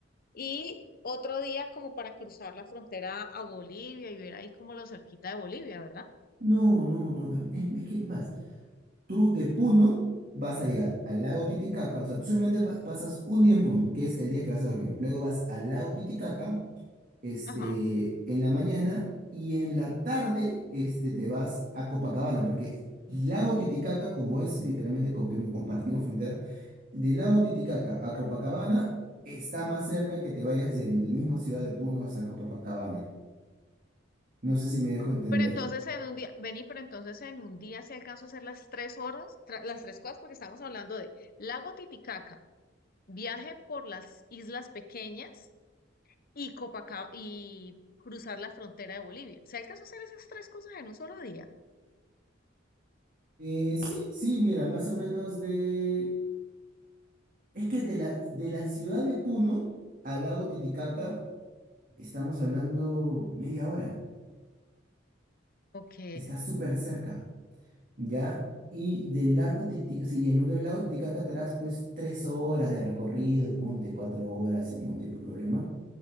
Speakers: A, on the left; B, on the right.
A: Y otro día como para cruzar la frontera a Bolivia y ver ahí como lo cerquita de Bolivia, ¿verdad?
B: No, no, no. em, Es, es que es más, tú de Puno vas a llegar al lago Titicaca, o sea, tú simplemente pa- pasas un día en Puno, que es el día que vas a dormir. Luego vas al lago Titicaca, este,
A: Ajá.
B: en la mañana y en la tarde, este, te vas a Copacabana, porque el lago Titicaca, como es literalmente como compartimos frontera, Del lago Titicaca a Copacabana está más cerca que te vayas del mismo ciudad de Puno hasta Copacabana. No sé si me dejo entender.
A: Pero entonces en un día, vení, pero entonces en un día si alcanzo a hacer las tres horas, tra- las tres cosas, porque estamos hablando de lago Titicaca, viaje por las islas pequeñas y Copacabana y cruzar la frontera de Bolivia. ¿Se alcanzó a hacer esas tres cosas en un solo día?
B: Eh, sí, sí, mira, más o menos de... Es que de la, de la ciudad de Puno al lago Titicaca estamos hablando media hora.
A: Ok,
B: Está súper cerca, ¿ya? Y del lago Titicaca, sí, y en lugar del lago Titicaca te harás pues tres horas de recorrido, ponte cuatro horas sin ningún tipo de problema.